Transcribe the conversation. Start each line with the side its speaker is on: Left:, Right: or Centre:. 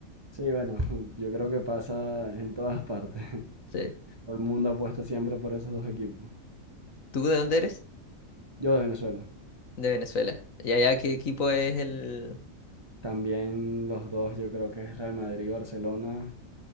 Right: Sí, bueno, <laughs> yo creo que pasa en todas partes. <laughs>
Left: Sí.
Right: Todo el mundo apuesta siempre por esos dos equipos.
Left: ¿Tú de dónde eres?
Right: Yo de Venezuela.
Left: De Venezuela. ¿Y allá qué equipo es el...?
Right: También los dos, yo creo que es Real Madrid y Barcelona.